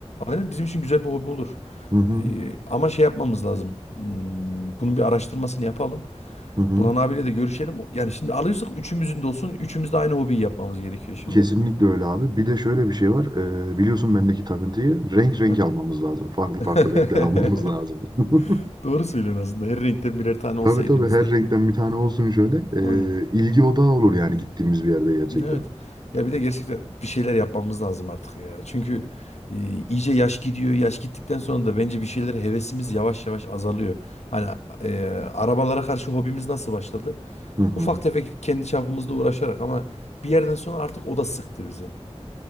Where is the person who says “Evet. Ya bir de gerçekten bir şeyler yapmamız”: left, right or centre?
Left